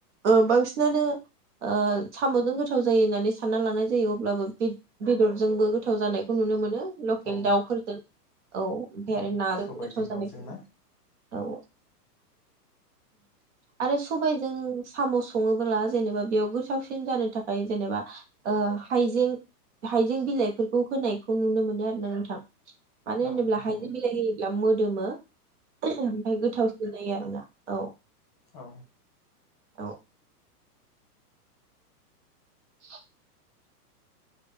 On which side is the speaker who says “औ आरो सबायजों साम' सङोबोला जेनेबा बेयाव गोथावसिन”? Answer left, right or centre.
Right